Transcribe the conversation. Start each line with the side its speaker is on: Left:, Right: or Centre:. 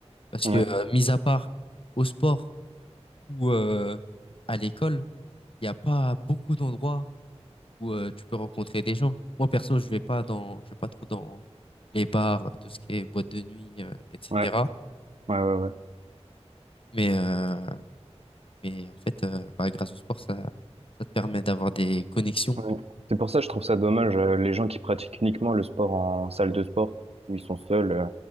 Left: Parce
Right: Ouais,
Left: que, euh, mis à part au sport ou euh, à l'école, il n'y a pas beaucoup d'endroits où euh, tu peux rencontrer des gens. Moi, perso, je vais pas dans, je vais pas trop dans les bars, euh, tout ce qui est boîte de nuit, euh, etc.
Right: ouais, ouais, ouais. ouais.
Left: Mais, euh, mais en fait, euh, bah, grâce au sport, ça, ça te permet d'avoir des connexions.
Right: Ouais. C'est pour ça que je trouve ça dommage, euh, les gens qui pratiquent uniquement le sport en salle de sport, où ils sont seuls, euh,